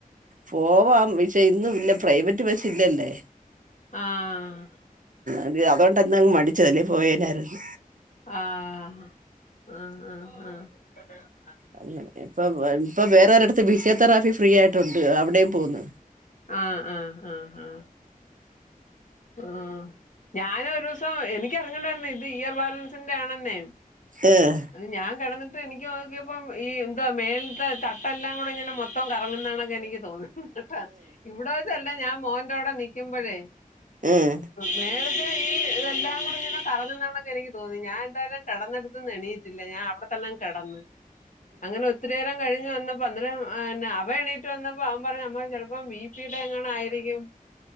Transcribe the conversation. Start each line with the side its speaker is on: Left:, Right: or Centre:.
Right: പോവാം വിശേ ഇന്ന് ഇല്ല പ്രൈവറ്റ് ബസ്സില്ലല്ലേ
Left: ആഹ്
Right: അത് അതുകൊണ്ടന്നാ അങ് മടിച്ചത് അല്ലേ പോയേനാര്ന്നു
Left: ആഹ് ആഹ് ആഹ് ആഹ്
Right: അങ്ങനെ ഇപ്പൊ ഇപ്പൊ വേറൊരടത്ത് ഫിസിയോതെറാപ്പി ഫ്രീ ആയിട്ടുണ്ട് അവിടേം പോവുന്ന്
Left: ആഹ് ആഹ് ആഹ് ആഹ് ആഹ് ഞാനൊരൂസം എനിക്കറിഞ്ഞൂടായ്ര്ന്നു ഇത് ഇയർ ബാലൻസിന്റെ ആണെന്നെ
Right: ആഹ്
Left: അത് ഞാം കെടന്ന്ട്ട് എനിക്ക് നോക്ക്യേപ്പം ഈ എന്താ മേലത്തെ തട്ടെല്ലാം കൂടെങ്ങനെ മൊത്തം കറങ്ങ്ന്നകണക്കെനിക്ക് തോന്നുന്നത് കേട്ടാ. ഇവടെ വെച്ചല്ല ഞാൻ മോന്റവടെ നിക്കുമ്പോഴേ
Right: ഉം
Left: മേളത്തേ ഈ- എല്ലാം കൂടിങ്ങനെ കറ ങ്ങുന്നകണക്കെനി തോന്നി ഞാനെന്തായാലും കെടന്നെടത്ത്ന് എണീറ്റില്ല ഞാൻ അവടെ- തന്നങ്ങ് കെടന്ന് അങ്ങനെ- ഒത്തിരി നേരം കഴിഞ്ഞ് വന്നപ്പോ അന്നെരം അവനെണീറ്റ് വന്നപ്പം അവം പറഞ്ഞു അമ്മേ ചെലപ്പോ ബി പി ടെ എങ്ങാണ്ടും ആയിരിക്കും